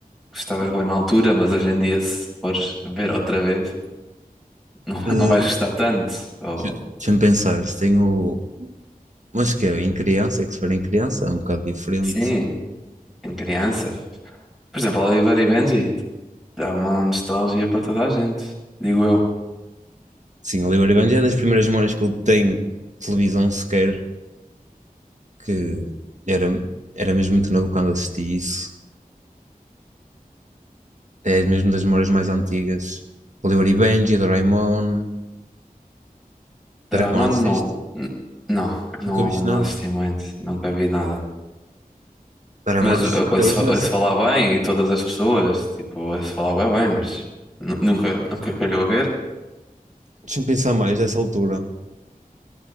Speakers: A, in the centre; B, on the right.
A: que estavas boa na altura, mas hoje em dia, se fores ver outra vez, não, <laughs>
B: eh,
A: não vais gostar tanto. Ou,
B: deixa- Deixa-me pensar. Se tenho. Mas que é, em criança, é que se for em criança, é um bocado diferente.
A: sim, em criança. Por exemplo, Oliver e Benji, dá uma nostalgia para toda a gente, digo eu.
B: Sim, Oliver e Benji é das primeiras memórias que eu tenho de televisão sequer, que era, era mesmo muito novo quando assisti isso. É mesmo das memórias mais antigas. Oliver e Benji, Doraemon.
A: Doraemon
B: Doraemon assististe?
A: não. n- Não, não,
B: Nunca viste
A: não
B: nada.
A: assisti muito, nunca vi nada.
B: Doraemon,
A: Mas
B: acho
A: ou-
B: que até
A: ouço,
B: hoje ainda
A: ouço
B: são.
A: falar bem e todas as pessoas, tipo, ouço falar bem, bem, mas nu- nunca, nunca calhou a ver.
B: Deixa-me pensar mais dessa altura.